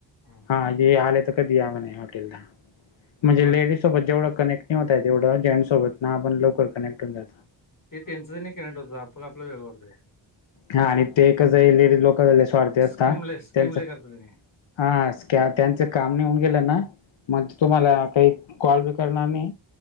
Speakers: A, on the left (about 45°); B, on the left (about 85°).
A: हम.
B: हां, आले तर कधी या मने हॉटेलला, म्हणजे
A: होय.
B: लेडीज सोबत जेवढं कनेक्ट नाही होत, तेवढं जेंट सोबत आपण लवकर कनेक्ट होन जात.
A: ते त्यांचं तनी कनेक्टट होतय, आपला आपलं वेगं वाटतय.
B: हा, आणि ते कसय, लेडिज लोकांना वाटतय आता,
A: स्कीम लय स्कीम
B: त्यांचं
A: लय करतात त्यांनी.
B: अं, तेंच काम नै हुन गेलं ना, म ते तुम्हारा काय कॉल बि करनार नाही,